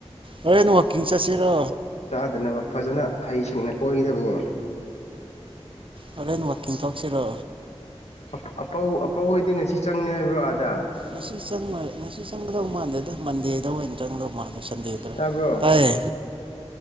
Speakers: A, on the right; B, on the left.
A: ꯍꯣꯏꯅꯦ ꯋꯥꯛꯀꯤꯡ ꯆꯠꯁꯤꯔꯣ
B: ꯑꯗꯨꯅꯕ ꯐꯖꯅ ꯍꯩꯁꯤꯡꯅ ꯀꯣꯏꯒꯗꯕꯅꯤ
A: ꯍꯣꯔꯦꯟ ꯋꯥꯛꯀꯤꯡ ꯊꯣꯛꯁꯤꯔꯣ
B: ꯑꯄ ꯑꯄꯧ ꯑꯄꯧ ꯍꯣꯏꯗꯤ ꯉꯁꯤ ꯆꯪꯅꯤ ꯍꯥꯏꯕ꯭ꯔꯣ ꯑꯥꯗ
A: ꯉꯁꯤ ꯆꯪꯃꯥꯏ ꯉꯁꯤ ꯆꯪꯒꯗꯕ ꯃꯥꯟꯗꯦꯗ ꯃꯟꯗꯦ ꯗꯦ ꯑꯣꯏꯅ ꯆꯪꯗꯧ ꯃꯥꯂꯦ ꯁꯟꯗꯦꯗ꯭ꯔ
B: ꯇꯥꯕ꯭ꯔꯣ
A: ꯇꯥꯏꯌꯦ